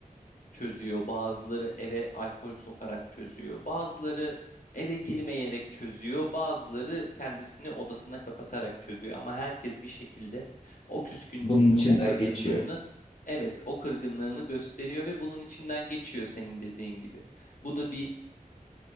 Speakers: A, on the left; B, on the left.
A: çözüyor. Bazıları eve alkol sokarak çözüyor. Bazıları eve girmeyerek çözüyor. Bazıları kendisini odasına kapatarak çözüyor. Ama herkes bir şekilde o küskünlüğünü,
B: Bunun içinden
A: o kırgınlığını
B: geçiyor.
A: Evet, o kırgınlığını gösteriyor ve bunun içinden geçiyor senin dediğin gibi. Bu da bir